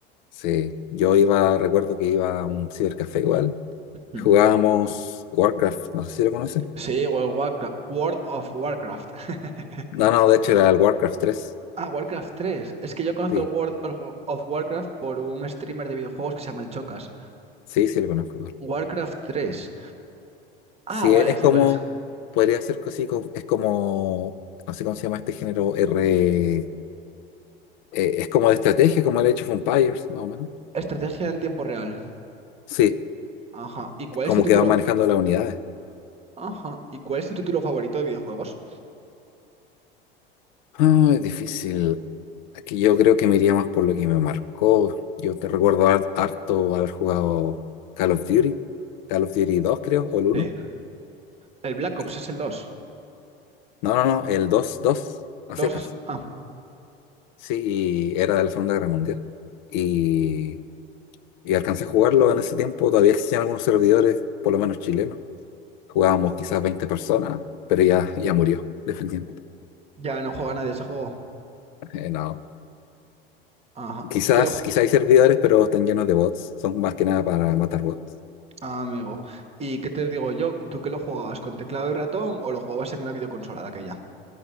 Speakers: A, on the left (about 50°); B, on the right (about 20°).
A: Sí, yo iba, recuerdo que iba a un cibercafé igual.
B: Hmm.
A: Jugábamos Warcraft, no sé si lo conoces.
B: Sí, World of Warcra- World of Warcraft. <laughs>
A: No, no, de hecho
B: ¿Qué?
A: era el Warcraft tres.
B: Ah, Warcraft 3. Es que yo conozco
A: Sí,
B: el World of of Warcraft por un streamer de videojuegos que se llama El Chocas.
A: sí, sí lo conozco. claro.
B: Warcraft 3. Ah,
A: Sí,
B: vale,
A: e-, es
B: sé
A: como,
B: cuál es.
A: podría ser así, co- es como, no sé cómo se llama este género, R, eh, es como de estrategia, como el Age of Empires, más o menos.
B: Estrategia en tiempo real.
A: Sí,
B: Ajá. ¿Y cuál
A: como
B: es tu título?
A: que van manejando las unidades.
B: Ajá. ¿Y cuál es tu título favorito de videojuegos?
A: Ah, es difícil. Aquí yo creo que me iría más por lo que me marcó. Yo te recuerdo har- harto haber jugado Call of Duty, Call of Duty dos, creo, o el uno.
B: Sí. El Black
A: Y-
B: Ops es el 2.
A: No, no, no, el 2, 2 a
B: Dos.
A: secas.
B: es... Ah,
A: Sí, y era de la Segunda Guerra Mundial. Y Y alcancé a jugarlo en ese tiempo, todavía existían algunos servidores, por lo menos chilenos. Jugábamos quizás 20 personas, pero ya, ya murió, definitivamente.
B: ya no juega nadie ese juego.
A: Eh, no.
B: Ajá.
A: Quizás,
B: ¿Y que lo... ju-
A: quizás hay servidores, pero están llenos de bots. Son más que nada para matar bots.
B: Ah, amigo. ¿Y qué te digo yo? ¿Tú que lo jugabas con teclado y ratón o lo jugabas en una videoconsola de aquella?